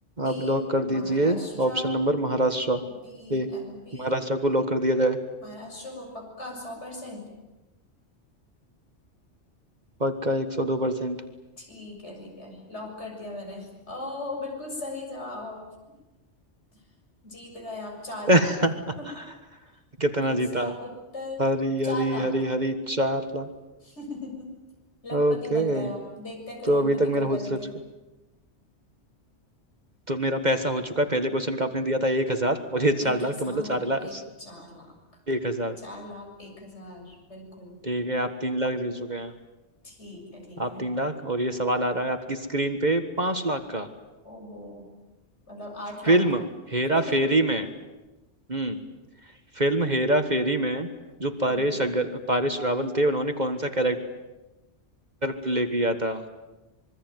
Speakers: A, on the left (about 70°); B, on the right (about 40°).
A: A
B: आप लॉक कर
A: Maharashtra
B: दीजिए Option number Maharashtra
A: B
B: A
A: MP
B: Maharashtra को लॉक कर दिया जाए
A: Maharashtra को पक्का सौ परसेंट
B: पक्का एक सौ दो परसेंट
A: ठीक है ठीक है लॉक कर दिया मैंने ओ बिल्कुल सही जवाब <laughs> जीत गए आप चार
B: <laughs>
A: लाख <laughs>
B: कितना
A: तीसरा
B: जीता
A: उत्तर
B: हरी हरी
A: चार लाख
B: हरी हरी चार
A: <laughs> लखपति
B: ओके
A: बन गए आप देखते हैं करोड़पति
B: तो अभी तक मेरा
A: कब
B: हो
A: बनेंगे
B: चुका तो मेरा पैसा हो चुका है पहले क्वेश्चन का आपने दिया था एक हजार और ये चार
A: एक
B: लाख
A: हजार
B: तो मतलब चार लाख
A: ये चार लाख
B: एक हजार
A: चार लाख एक हजार बिल्कुल
B: ठीक है आप तीन लाख जीत चुके हैं
A: ठीक है ठीक
B: आप
A: है
B: तीन लाख और ये सवाल आ रहा है आपकी स्क्रीन पे पांच लाख का
A: ओहो मतलब आठ लाख
B: फिल्म हेरा
A: <laughs> हम्म
B: फेरी में हम्म फिल्म हेरा फेरी में जो परेश
A: हम्म
B: अगर परेश रावल थे उन्होंने कौन सा कैरेक्टर प्ले किया था